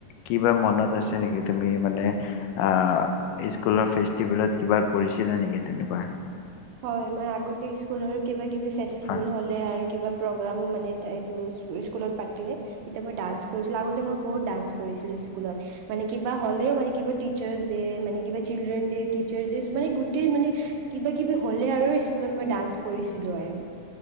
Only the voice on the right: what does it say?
হয় মই আগতে স্কুলৰ কিবা কিবি ফেষ্টিভেল
হ'লে আৰু কিবা প্ৰগ্ৰাম মানে স্কুলত পাতিলে তেতিয়া মই ডান্স কৰিছিলোঁ আগতে মই বহুত ডান্স কৰিছিলোঁ স্কুলত মানে কিবা হ'লেও মানে কিবা টিচাৰ্চ ডে মানে কিবা চিলডেনচ ডে টিচাৰছ ডে মানে গোটেই মানা কিবি হ'লে আৰু স্কুলত মই ডান্স কৰিছিলোঁ আৰু